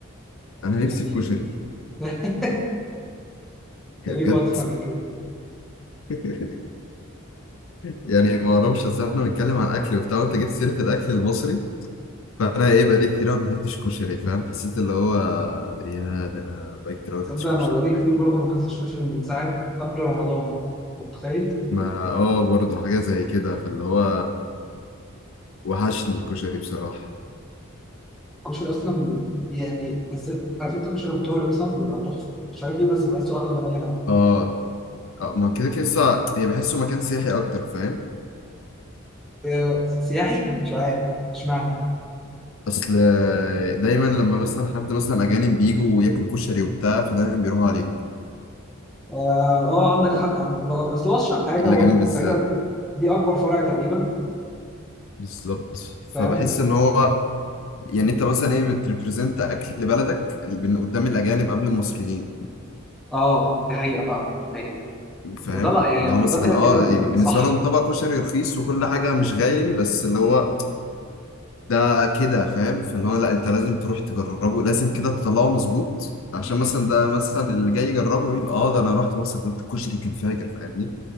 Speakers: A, on the left; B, in the centre.
A: أنا
B: يعني
A: نفسي في كشري
B: <laughs> ده
A: يعني
B: ليه
A: بجد
B: جوعت فجأة كده
A: <laughs> يعني ما اعرفش اصل احنا بنتكلم عن الاكل وبتاع وانت جبت سيره الاكل المصري فانا ايه بقالي كتير قوي ما اكلتش كشري فاهم حسيت اللي هو يا ده انا بقالي كتير قوي
B: تصدق
A: ما اكلتش
B: أنا
A: كشري
B: بقالي
A: فاهمني
B: كتير برضه ما أكلتش كشري من ساعة قبل رمضان أنت متخيل
A: ما أنا اه برضه حاجه زي كده فاللي هو وحشني الكشري بصراحه
B: الكشري أصلا يعني بالذات عارف أنت كشري أبو طارق مثلا بيبقى تحفة مش عارف ليه بس بحسه أحلى من أي حاجة
A: اه اه ما كده كده لسه- هي بحسه مكان سياحي اكتر فاهم
B: آه، سياحي مش عارف اشمعنى
A: اصل دايما لما مثلا حد مثلا اجانب بيجوا وياكلوا كشري وبتاع فدايما بيروحوا عليه
B: آه, آه عندك حق عم- بس هو أشهر حاجة
A: الاجانب
B: هو
A: بالذات
B: تقريبا دي أكبر فرع تقريبا
A: بالظبط فبحس
B: فاهم ولا-
A: ان هو يعني
B: مم.
A: انت مثلا ايه بتريبريزنت اكل بلدك قدام الاجانب قبل المصريين
B: اه دي حقيقة فعلا حقيقة
A: فاهم
B: وده لا يعني
A: اللي هو
B: ده
A: مثلا
B: كده
A: اه
B: كده الصح
A: يعني بالنسبه لهم طبق كشري رخيص وكل حاجه مش غالي بس اللي هو
B: امم
A: ده كده فاهم فاللي هو لا انت لازم تروح تجربه لازم كده تطلعه مظبوط عشان
B: امم
A: مثلا ده مثلا اللي جاي يجربه يقول اه ده انا رحت مصر ده الكشري كان فاجر فاهمني